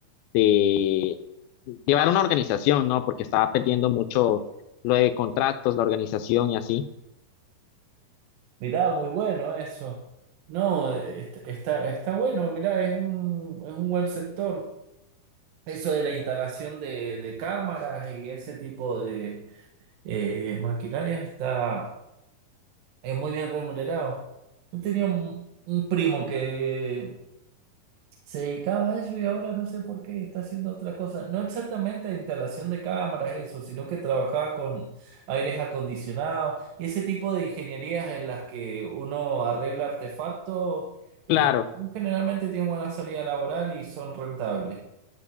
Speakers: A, on the left; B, on the right.
A: de llevar una organización, ¿no? Porque estaba perdiendo mucho lo de contratos, la organización y así.
B: Mirá, muy bueno eso. No, est- está, está bueno, mirá, es un, es un buen sector. Eso de la instalación de, de cámaras y ese tipo de eh, maquinarias está... es muy bien remunerado. Yo tenía un, un primo que se dedicaba a eso y ahora no sé por qué está haciendo otra cosa. No exactamente instalación de cámaras, eso, sino que trabajaba con aires acondicionados y ese tipo de ingenierías en las que uno arregla artefactos, eh,
A: Claro.
B: generalmente tienen buena salida laboral y son rentables.